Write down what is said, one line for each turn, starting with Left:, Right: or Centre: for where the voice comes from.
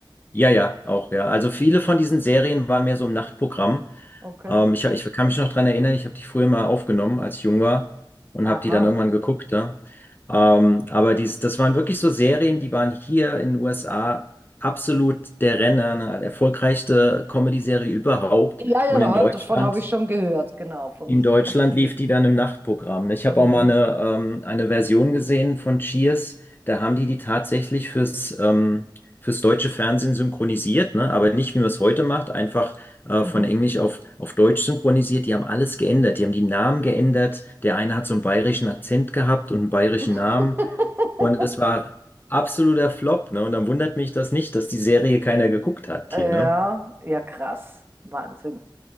Left: Ja, ja, auch, ja. Also viele von diesen Serien waren mehr so im Nachtprogramm.
Right: Okay.
Left: Ähm, ich, ich kann mich noch dran erinnern, ich habe die früher mal aufgenommen, als ich jung war und
Right: Aha.
Left: habe die dann irgendwann geguckt. Ja. Ähm, aber dies, das waren wirklich so Serien, die waren hier in den USA absolut der Renner, eine erfolgreichste Comedy-Serie überhaupt.
Right: Ja, ja,
Left: Und
Right: da
Left: in
Right: hab-
Left: Deutschland
Right: davon habe ich schon gehört, genau, von,
Left: in Deutschland
Right: von Cheers.
Left: lief die dann im Nachtprogramm. Ich
Right: Mhm.
Left: habe auch mal eine, ähm, eine Version gesehen von Cheers. Da haben die die tatsächlich fürs, ähm, fürs deutsche Fernsehen synchronisiert, ne? Aber nicht, wie man es heute macht, einfach äh,
Right: Mhm.
Left: von Englisch auf, auf Deutsch synchronisiert. Die haben alles geändert. Die haben die Namen geändert. Der eine hat so einen bayerischen Akzent gehabt und einen bayerischen Namen.
Right: <laughs>
Left: Und das war absoluter Flop, ne? Und dann wundert mich das nicht, dass die Serie keiner geguckt hat
Right: Ja,
Left: hier, ne?
Right: ja, krass. Wahnsinn.